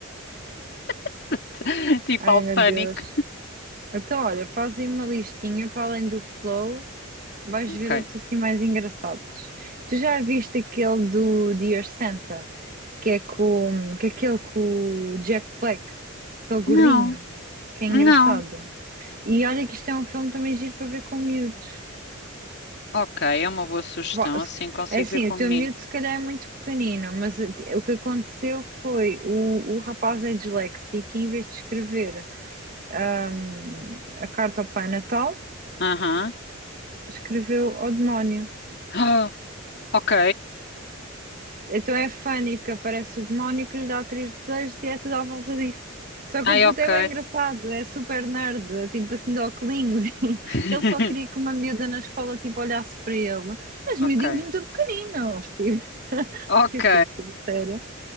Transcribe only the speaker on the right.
Ai
meu
Deus. Então, olha, fazem uma listinha para além do Flow. Vais
ver outros assim mais engraçados. Tu já viste aquele do Dear Santa, que é com, que é aquele com o Jack Black, aquele gordinho,
que é
engraçado. E olha que isto é um filme também giro para ver com miúdos.
Vá, se-
É assim,
o
teu
miúdo se calhar é muito pequenino, mas eh, o que aconteceu foi o, o rapaz é disléxico e em vez de escrever ahm, a carta ao Pai Natal,
escreveu ao demónio.
Então é funny, porque aparece o demónio que lhe dá três desejos e é tudo à volta disso. Só
que o puto
é bem engraçado, é super nerd, é tipo assim de óculos. <laughs> e
Ele só queria que uma miúda na escola tipo, olhasse para ele. Mas
miudinhos muito pequeninos, tipo. <laughs>
Que eu fico, tipo, sério.